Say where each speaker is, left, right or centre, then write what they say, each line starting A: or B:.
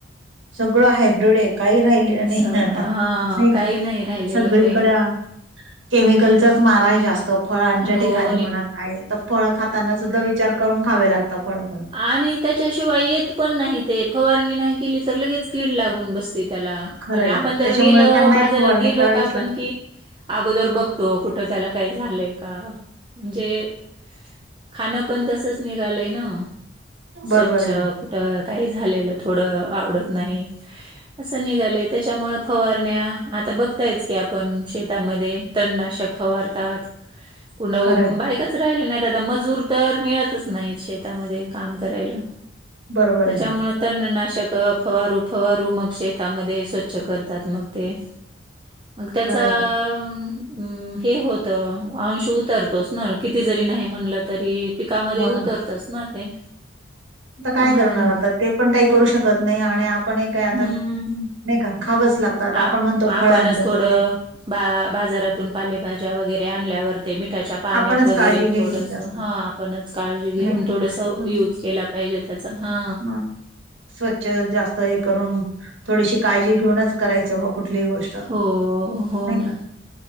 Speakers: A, on the right; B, on the right.
A: सगळं हायब्रीड आहे काही राहिलेलं
B: असं
A: नाही आता
B: हा
A: नाही
B: काही राहिलेलं
A: सगळीकडे
B: पहिलं
A: आ केमिकलचाच मारा आहे जास्त फळांच्या
B: हो
A: ठिकाणी
B: आणि
A: म्हणा. काय आता फळं खाताना सुद्धा विचार करून खावे लागता फळ पण.
B: आणि त्याच्याशिवाय येत पण नाही ते, फवारगी नाही केली तर लगेच कीड लागून बस ते त्याला
A: खरंय
B: आणि आपण जर
A: त्याच्यामुळे
B: गेलं,
A: त्यांना
B: बाजारात
A: एक फवारणी
B: गेलो
A: करावीच
B: तर आपण
A: लागते
B: की अगोदर बघतो कुठं त्याला काही झालंय का, म्हणजे खाणं पण तसंच निघालंय ना. स्वच्छ
A: बरोबर आहे ना
B: कुठं काही झालेलं थोडं आवडत नाही. असं निघालंय, त्याच्यामुळे फवारण्या आता बघतायच की आपण शेतामध्ये तण नाशक फवारतात.
A: <inaudible>
B: कुड
A: खरंय
B: बायकाच राहिले नाहीत आता मजूर तर मिळतच नाहीत शेतामध्ये. काम करायला,
A: बरोबर
B: त्याच्यामुळे
A: आहे ना
B: तन नाशक फवारू फवारू मग शेतामध्ये स्वच्छ करतात मग ते मग त्याचा
A: खरंय
B: हम्, हे होत अंश उतरतोच ना किती जरी नाही म्हणलं तरी पिकामध्ये
A: हो ना
B: उतरतस ना ते.
A: आता काय
B: हो
A: करणार
B: ना.
A: आता ते पण काही करू शकत नाही आणि पण काय आता,
B: हं.
A: नाही का खावंच लागतात आपण
B: आप
A: म्हणतो
B: आपणच
A: फळांच
B: थोडं
A: तर ते
B: बा- बाजारातून पालेभाज्या वगैरे आणल्यावर ते मिठाच्या पाण्यात
A: आपणच
B: वगैरे
A: काळजी घ्यायची
B: थोडस
A: जास्त
B: हा आपणच काळजी घेऊन
A: नाही का
B: थोडस यूज
A: हं,
B: के पाहिजे त्याचा हा
A: हं. स्वच्छ जास्त हे करून थोडीशी काळजी घेऊनच करायचं बघ कुठली गोष्ट
B: हो, हो
A: नाही
B: ना.
A: का